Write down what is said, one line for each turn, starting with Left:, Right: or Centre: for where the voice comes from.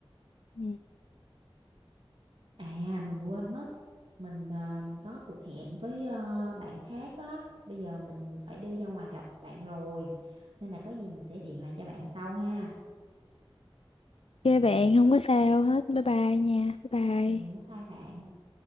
Left: Ừ.
Right: À mình quên mất mình ờ, mình có cuộc hẹn với ờ, bạn khác á bây giờ mình phải đi ra ngoài gặp bạn rồi nên là có gì mình sẽ điện lại cho bạn sau ha
Left: Ok bạn, không có sao hết. Bye bye nha. Bye bye.
Right: ừ bye bye bạn